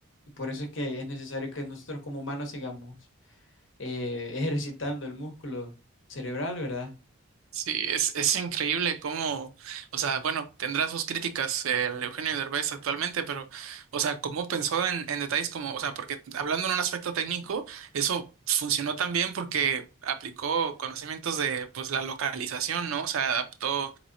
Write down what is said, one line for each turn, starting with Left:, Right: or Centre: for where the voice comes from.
Left: y por eso es que es necesario que nosotros como humanos sigamos eh, ejercitando el músculo cerebral, ¿verdad?
Right: Sí, es, es increíble cómo, o sea, bueno, tendrá sus críticas el Eugenio Derbez actualmente, pero, o sea, cómo pensó en, en detalles como, o sea, porque hablando en un aspecto técnico, eso funcionó también porque aplicó conocimientos de, pues, la localización, ¿no? O sea, adaptó,